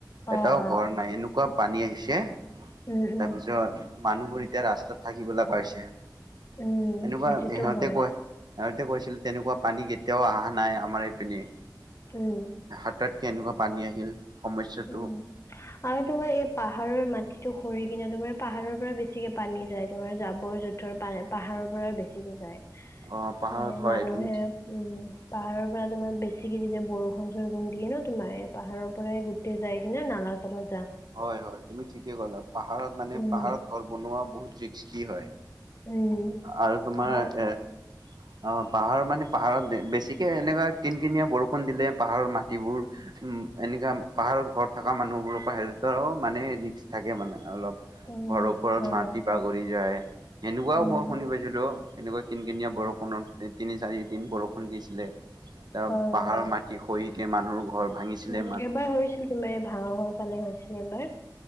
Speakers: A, on the right; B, on the left.
A: এটাও
B: অ অ
A: ঘৰ নাই, এনেকুৱা পানী আহিছে
B: উম
A: তাৰপিছত
B: উম
A: মানুহবোৰ এতিয়া ৰাস্তাত থাকিবৈ পাইছে।
B: উম
A: এনেকুৱা
B: সেইটোতো
A: সিহঁতে
B: হয়
A: কয় সিহঁতে কৈছিল, তেনেকুৱা পানী কেতিয়াও অহা নাই আমাৰ এইপিনে
B: উম
A: হাতত কেনেকুৱা পানী আহিল। সমস্যাটো
B: উম আৰু তোমাৰ এই পাহাৰৰ মাটিতটো সৰি কিনে তোমাৰ পাহাৰৰ পৰা বেছিকে পানী যায়। তোমাৰ জাবৰ-জোথৰ পানী পাহাৰৰ পৰা বেছিকে যায়।
A: অ পাহাৰত
B: মানে
A: হয়
B: মানুহে
A: তুমি
B: উম। পাহাৰৰ পৰা তোমাৰ বেছিকে যেতিয়া বৰষুণ-চৰষুণ দিয়ে ন, তোমাৰ পাহাৰৰ পৰাই গোটেই গোটেই যায় কিনে নালা চালাত
A: হয় হয় তুমি ঠিকে ক'লা। পাহাৰত মানে
B: উম
A: পাহাৰত ঘৰ বনোৱা বহুত ৰিস্কী হয়।
B: উম
A: আৰু তোমাৰ
B: পাহাৰ
A: এ অহ পাহাৰৰ মানে, পাহাৰত বেছিকে এনেকুৱা কিন-কিনিয়া বৰষুণ দিলে পাহাৰৰ মাটিবোৰ উম এনেকা পাহাৰত ঘৰত থকা মানুহবোৰৰ হেল্থৰ মানে ৰিক্স থাকে মানে অলপ।
B: উম
A: ঘৰৰ ওপৰত
B: হয়
A: মাটি বাগৰি যায়। এনেকুৱাও
B: উম
A: মই শুনি পাইছিলোঁ। কেনেকুৱা কিন কিনিয়া বৰষুণত তিনি চাৰি দিন বৰষুণ দিছিলে, ত'
B: হয়
A: পাহাৰ
B: হয়
A: মাটি খহিকে মানুহ ঘৰ ভাঙিছিলে
B: উম এবাৰ হৈছিল তোমাৰ, ভাঙাঘৰ ফালে হৈছিল এবাৰ।